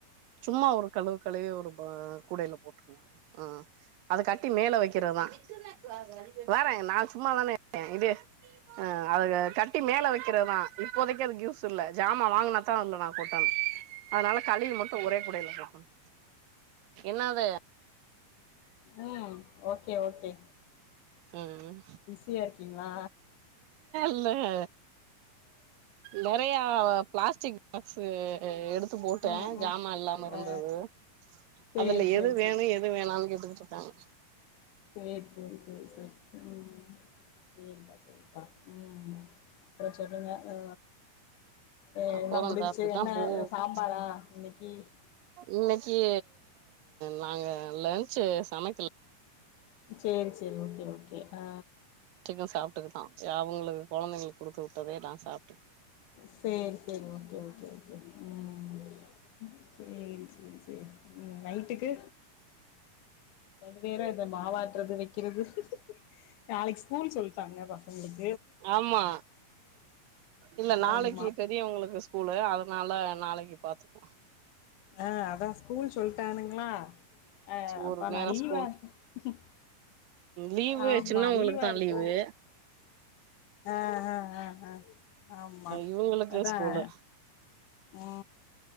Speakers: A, on the right; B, on the left.
A: சும்மா ஒரு கழுவு கழுவி ஒரு அ குடேல போட்ருந்தா அது அது கட்டி மேல வைக்கிறதான் இன்டர்நெட் வாகு வாறே நா சும்மா தானே அ இது ஆ அத கட்டி மேல வைக்கிறதா இப்போதைக்கு அதுக்கு யூஸ் இல்ல ஜாமான் வாங்கினாதா அதுல நா கொட்டனு அதுனால கழுவிமட்டும் ஒரே குடேல போட்ருங்க என்னாது
B: ம் ஓகே ஓகே
A: ம்
B: பிஸியாரிக்கீங்ளா
A: இல்லங்க நொறையா பிளாஸ்டிக் பாக்ஸு எடுத் துப்போட்டே
B: ம்
A: ஜாமா
B: ம்
A: இல்லாம இருந்தது
B: ஆ சேரி
A: அதுல
B: சேரி
A: எது வேணு
B: சேரி
A: எது வேணான் கேட்டுக்கிட் தாங்
B: சேர் சேரி சேர் சேரி ம் சேரிப்பா சேரி ம் அப்றோ சொல்லுங்க ஆ ஏ எல்லா
A: போவோம்ப்பா
B: முடிஞ்ச்சு
A: அப்படித்தான்
B: என்ன
A: போவு
B: சாம்பாரா இன்னைக்கி
A: இன்னைக் க்கி நாங்க லஞ்சு சமைக்கல
B: சேரி சேரி ஓகே ஓகே ஆ
A: சிக்கன் சாப்பிட்டுக்கிட்டான் அவுங்களுக்கு குழந்தைங்களுக்கு கொடுத்து வுட்டதே நா சாப்
B: சேரி சேரி ஓகே ஓகே ஓகே ம் சேரி சேரி சேரி ம் நைட்டுக்கு அது வேற இத மாவாட்டுறது வைக்கிறது நாளைக்கு ஸ்கூல் சொல்ட்டாங்க பசங்களுக்
A: ஆமா இல்ல நாளைக்கு
B: ஆமா
A: பெரியவங்களுக்கு ஸ்கூலு அதனால நாளை பையன் பாத்துக்குவான்
B: ஆ அதான் ஸ்கூல் சொல்லிட்டானுங்களா அ அப்ப
A: ஒரு நேரோ
B: நான் லீவா
A: ஸ்கூல்
B: இரு
A: லீவு
B: ஆமா
A: சின்னவங்களுக்கு
B: லீவா
A: தா
B: இருக்குன்னு
A: லீவு
B: ஆ ஆ ஆ ஆமா
A: இவங்களுக்கு
B: அதான்
A: ஸ்கூலு
B: ஆ